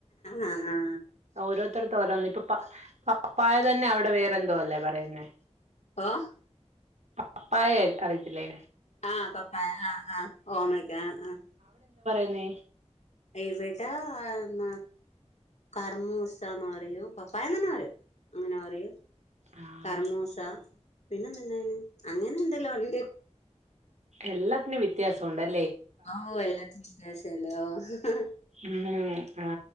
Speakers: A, on the left (about 70°); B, on the right (about 75°).
A: ആ ആ
B: ഓരോരുത്തർത്ത ഓരോന്ന് ഇപ്പൊ പപ്പായ തന്നെ അവിടെ വേറെന്തോ അല്ലേ പറയുന്നേ
A: ആഹ്
B: പപ്പായ അറി യിത്തില്ലേ
A: ആഹ് പ പ്പായ ആഹ ആഹ് ഓമയ്ക്ക ആഹ ആഹ
B: നെ
A: എവിടാ ന്ന കർമ്മൂസാ ന്ന് പറയു പപ്പായന്ന് തന്നെ പററയും അങ്ങനെ അറോ
B: ആഹ്
A: കർമോശ പിന്നെ എന്നി യന് അങ്ങനെ എന്തല്ലോണ്ടതിന്റ
B: എല്ലാത്തിനും വ്യത്യാസൊ ണ്ട്
A: ഓ എല്ലാത്തിനും വ്യത്യാസല്ലേ ഓഹ് ഹ്
B: ഉം ആ